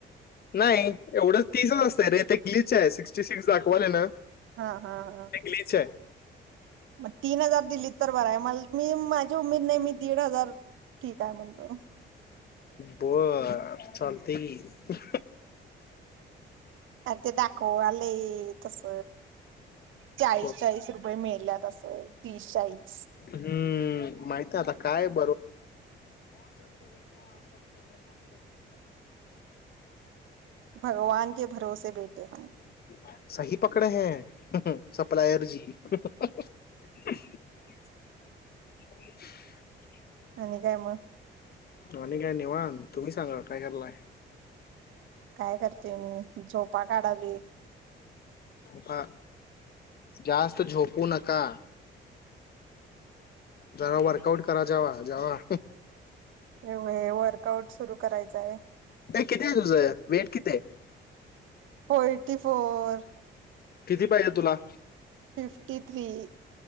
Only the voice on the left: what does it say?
नाही एवढंच तीसच असतंय रे ते ग्लीच आहे सिक्स्टी सिक्स दाखवायल ना.
ते ग्लिच आहे
बर चालतय की.
हो.
हम्म माहितय आता काय <unintelligible>
<unintelligible> <inaudible> <inaudible>
आणि काय निवांत तुम्ही सांगा काय करायलाय?
पा जास्त झोपू नका जरा वर कआउट करा जावा जावा.
ते किती आहे तुझ वेट किती
किती पाहिजे तुला